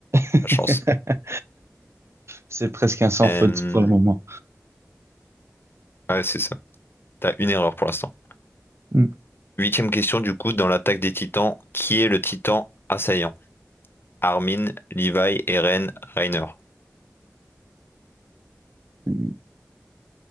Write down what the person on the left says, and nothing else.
La chance.
Euh,
Ouais, c'est ça. T'as une erreur pour l'instant.
Huitième question, du coup, dans l'attaque des titans, qui est le titan assaillant? Armin, Levi, Eren, Reiner.